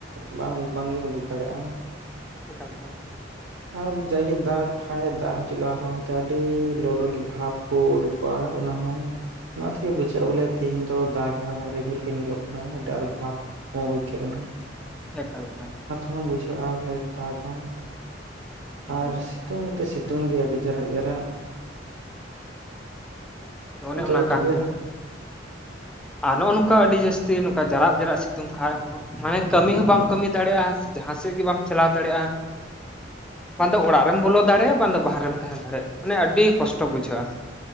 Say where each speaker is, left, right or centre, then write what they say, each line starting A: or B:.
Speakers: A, on the right; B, in the centre.
A: ᱵᱟᱝ ᱵᱟᱝ ᱜᱮᱢ ᱩᱰᱩᱠ ᱫᱟᱲᱮᱭᱟᱜ-ᱟ
B: ᱮᱠᱟᱞ ᱠᱟᱱᱟ
A: ᱟᱨ ᱡᱟᱜᱮ ᱫᱟᱜ ᱠᱷᱟᱱ ᱫᱟᱜ ᱦᱤᱡᱩᱜ ᱞᱟᱦᱟ ᱨᱮᱦᱚᱸ ᱚᱱᱛᱮ ᱟᱹᱰᱤ ᱞᱚᱞᱚ ᱜᱮ ᱵᱷᱟᱵᱽ ᱠᱩ ᱩᱰᱩᱠᱚᱜ-ᱟ ᱚᱱᱟ ᱦᱚᱸ ᱚᱱᱟ ᱛᱮᱜᱮ ᱵᱩᱡᱷᱟᱹᱜ-ᱟ ᱵᱚᱞᱮ ᱛᱮᱦᱤᱧ ᱫᱚ ᱫᱟᱜᱟ ᱨᱤᱢᱤᱞ ᱠᱚ ᱧᱮᱞᱚᱜ ᱠᱟᱱᱟ ᱟᱹᱰᱤ ᱟᱸᱴ ᱵᱷᱟᱵᱽ ᱦ ᱭ <unintelligible>
B: ᱮᱠᱟᱞ ᱮᱠᱟᱞ
A: ᱦᱚᱸ ᱵᱩᱡ ᱠᱟᱜ-ᱟ ᱵᱚᱞᱮ ᱛᱟᱠᱟ
B: ᱦᱩᱸ
A: ᱟᱨ
B: ᱦᱩᱸ
A: ᱥᱤᱛᱩᱝ ᱛᱮ ᱥᱤᱛᱩᱝ ᱜᱮᱭᱟ ᱟᱹᱰᱤ ᱡᱟᱨᱟᱜ ᱡᱟᱨᱟᱜ
B: ᱚᱱᱮ
A: ᱟᱫᱚ
B: ᱚᱱᱟ ᱠᱟᱱ
A: ᱛᱚᱵᱮ
B: ᱜᱮᱭᱟ ᱦᱟᱸᱜ ᱟᱨ ᱱᱚᱜ-ᱚ ᱱᱚᱝᱠᱟ ᱟᱹᱰᱤ ᱡᱟᱹᱥᱛᱤ ᱱᱚᱝᱠᱟ ᱡᱟᱨᱟᱜ ᱡᱮᱨᱟᱜ ᱥᱤᱛᱩᱝ ᱠᱷᱟᱡ ᱦᱚᱸ ᱢᱟᱱᱮ ᱠᱟᱹᱢᱤ ᱦᱚᱸ ᱵᱟᱢ ᱠᱟᱹᱢᱤ ᱫᱟᱲᱮᱭᱟᱜ-ᱟ ᱡᱟᱦᱟᱸ ᱥᱮᱫ ᱜᱮ ᱵᱟᱢ ᱪᱟᱞᱟᱣ ᱫᱟᱲᱮᱭᱟᱜ-ᱟ ᱵᱟᱝ ᱫᱚ ᱚᱲᱟᱜ ᱨᱮᱢ ᱵᱚᱞᱚ ᱫᱟᱲᱮᱭᱟᱜ-ᱟ ᱵᱟᱝ ᱫᱚ ᱵᱟᱦᱨᱮ ᱨᱮᱢ ᱛᱟᱦᱮᱸ ᱫᱟᱲᱮᱭᱟᱜ-ᱟ ᱢᱟᱱᱮ ᱟᱹᱰᱤ ᱠᱚᱥᱴᱚ ᱵᱩᱡᱷᱟᱹᱜ-ᱟ ᱾